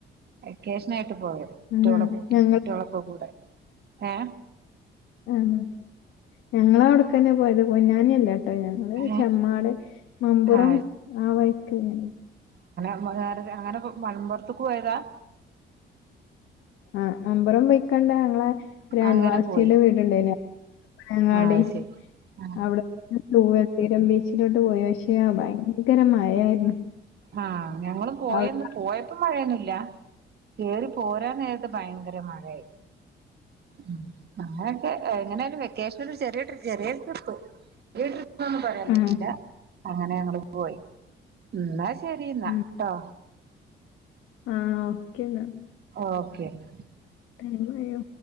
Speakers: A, on the right (about 55°); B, on the left (about 90°).
A: വെക്കേഷനാ യിട്ട് പോയത് കുട്ടികളെ
B: ആഹ്
A: കൂട്ടി
B: ഞങ്ങൾ
A: കുട്ടികളൊക്കെ കൂടെ ഏ
B: ഉം. ഞങ്ങളും അവിടെക്കുന്നെ ആണ് പോയത്. പൊന്നാനി അല്ലേ ആ ഞങ്ങള്
A: ഏ
B: ചെമ്മാട്, മംപുറം
A: ആ
B: ആ വഴിക്കങ്ങനെ
A: മ്മാറര അങ്ങനെ മലംപുറത്തക്ക് പോയതാ
B: ആ മലംപുറം പോയി കണ്ട ഞങ്ങള് ഒരു അയൽവാസിയുടെ
A: അങ്ങനെ പോയി
B: വീടുണ്ടായിരുന്നു. ഞങ്ങളവിടെ
A: ആ അത് ശരി ആ
B: അവിടെ <unintelligible> ബീച്ച് മുന്നോട്ട് പോയി പക്ഷേയാ ഭയങ്കര മഴയായിരുന്നു.
A: ആ ഞങ്ങളും പോയാരുന്നു.
B: അവിടെ
A: പോയപ്പം മഴയൊന്നുമില്ല കേറിപോരാൻനേരത്ത് ഭയങ്കര മഴയായിരുന്നു ഉം നമ്മളൊക്കെ <unintelligible> വെക്കേഷന് ഒരു ചെറിയ ചെറിയ ട്രിപ്പ് ചെറിയ പമ്പരം കിട്ടിയില്ല
B: ആ
A: അങ്ങനെ ഞങ്ങള് പോയി. എന്നാ ശരിയെന്നാൽ
B: ഉം.
A: ട്ടോ
B: ആ ഓക്കെ എന്നാൽ
A: ഓക്കെ എന്നാ
B: ടൈം ആയോ?